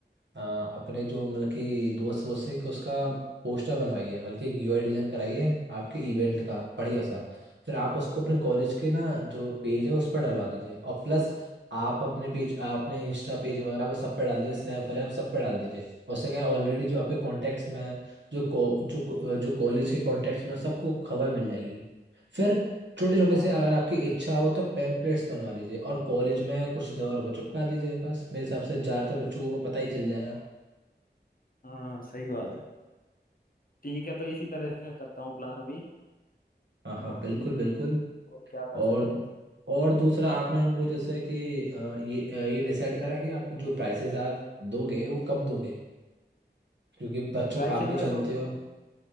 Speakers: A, on the right; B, on the left.
A: अ, अपने जो मतलब कि दोस्त वोस्त से कि उसका पोस्टर बनवाइए मतलब कि एक यूआई डिजाइन कराइए आपके इवेंट का बढ़िया सा
B: अच्छा
A: फिर आप उसको अपने कॉलेज
B: अच्छा
A: के ना जो पेज है उस पर डलवा दीजिए और प्लस आप अपने पेज अपने इंस्टा पेज वगैरह पे सब पे डाल दीजिए स्नैप वगैरह सब पे डाल दीजिए उससे क्या है ऑलरेडी जो आपके कॉन्टैक्ट्स में हैं, जो को, जो जो कॉलेज के कॉन्टैक्ट्स में हैं, सबको खबर मिल जाएगी फिर छोटे छोटे
B: हाँ
A: से अगर आपकी इच्छा हो तो पैम्पलेट्स बनवा लीजिए और कॉलेज में कुछ दीवारों पे चिपका दीजिए बस मेरे हिसाब से ज़्यादातर बच्चों को वो पता ही चल जाएगा
B: हाँ सही बात है ठीक है तो इसी तरह से मैं करता हूँ प्लान अभी
A: हाँ हाँ
B: बाकी
A: बिल्कुल बिल्कुल
B: और क्या कर
A: और
B: सकते हैं इसमें
A: और दूसरा आपने उनको जैसे कि अ, ये अ, ये डिसाइड करा कि आप जो प्राइसेस आप दोगे वो कब दोगे क्योंकि बच्चों
B: प्राइसेस
A: आप भी
B: मैं
A: जानते
B: सोच रहा
A: हो
B: हूँ कि